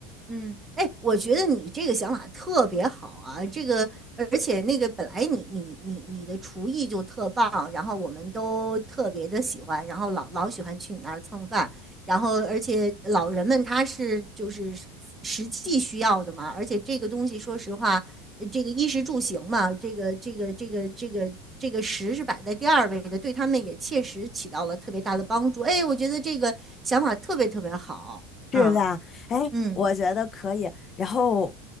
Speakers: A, on the right; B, on the left.
A: 嗯，哎，我觉得你这个想法特别好啊，这个而且那个本来你你你你的厨艺就特棒，然后我们都特别的喜欢，然后老老喜欢去你那儿蹭饭，然后而且老人们他是就是实实际需要的嘛，而且这个东西说实话，呃这个衣食住行嘛，这个这个这个这个这个食是摆在第二位的，对他们也切实起到了特别大的帮助。哎，我觉得这个想法特别特别好啊，
B: 是吧？哎，
A: 嗯。
B: 我觉得可以。然后，